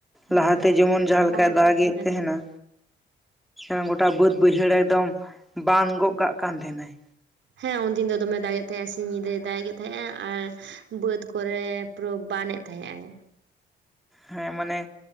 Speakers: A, on the right; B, in the centre.
A: ᱦᱮᱸ
B: ᱞᱟᱦᱟᱛᱮ ᱡᱮᱢᱚᱱ ᱡᱟᱦᱟᱸᱞᱮᱠᱟᱭ
A: ᱞᱟᱦᱟᱛᱮ
B: ᱫᱟᱜᱮᱜ
A: ᱦᱮᱸ
B: ᱛᱟᱦᱮᱱᱟ। ᱟᱸ ᱜᱚᱴᱟ ᱵᱟᱹᱫ ᱵᱟᱹᱭᱦᱟᱹᱲ ᱮᱠᱫᱚᱢ ᱵᱟᱱ ᱜᱚᱜ ᱠᱟᱜ ᱠᱟᱱ ᱛᱟᱦᱮᱱᱟᱭ᱾
A: ᱦᱮᱸ ᱩᱱᱫᱤᱱ ᱫᱚ ᱫᱚᱢᱮ ᱫᱟᱜᱮᱫ ᱛᱟᱦᱮᱸᱜ ᱥᱤᱧ ᱧᱤᱫᱟᱹᱭ ᱫᱟᱜᱮᱫ ᱛᱟᱦᱮᱸᱜᱼᱟ ᱟᱨ ᱵᱟᱹᱫ ᱠᱚᱨᱮ ᱯᱩᱨᱳ ᱵᱟᱱᱮᱫ ᱛᱟᱦᱮᱸᱜ ᱮᱭ।
B: ᱦᱮᱸ ᱢᱟᱱᱮ